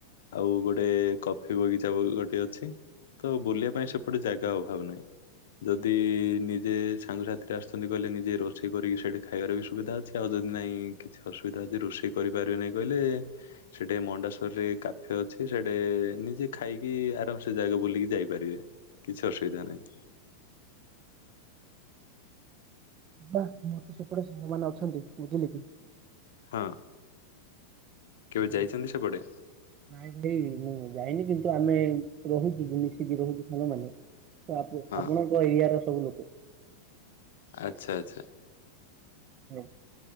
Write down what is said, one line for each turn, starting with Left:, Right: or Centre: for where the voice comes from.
Left: ଆଉ ଗୋଟେ କଫି ବଗିଚା ଗୋଟେ ଅଛି, ତ ବୁଲିବା ପାଇଁ ସେପଟେ ଜାଗା ଅଭାବ ନାହିଁ, ଯଦି ନିଜେ ସାଙ୍ଗସାଥିରେ ଆସୁଛନ୍ତି କହିଲେ ନିଜେ ରୋଷେଇ କରିକି ସେଇଠି ଖାଇବାର ବି ସୁବିଧା ଅଛି ଆଉ ଯଦି ନାଇଁ କିଛି ଅସୁବିଧା ଅଛି ରୋଷେଇ କରିପାରିବେ ନାହିଁ କହିଲେ ସେଠେ ମଣ୍ଡାସ୍ୱରରେ କାଫେ ଅଛି ସେଠେ ନିଜେ ଖାଇକି ଆରାମ ସେ ଜାଗା ବୁଲିକି ଯାଇପାରିବେ। କିଛି ଅସୁବିଧା ନାହିଁ।
Right: ମୁଁର ତ ସେପଟେ ସାଙ୍ଗମାନୋନେ ଅଛନ୍ତି ବୁଝିଲି କି <unintelligible>
Left: ହଁ କେବେ ଯାଇଛନ୍ତି
Right: ମୁ
Left: ସେପଟେ?
Right: ନାଇଁାଇ ମୁଁ <inaudible> ଯାଇନି କିନ୍ତୁ ଆମେ ରହୁଛୁ ମିଶିକି ରହୁଛୁ ସାଙ୍ଗମାନୋ
Left: ହଁ
Right: ଆପଣଙ୍କ ଏରିଆ ର ସବୁ ଲୋକ
Left: ଆଚ୍ଛା ଆଚ୍ଛା
Right: ହୁଁ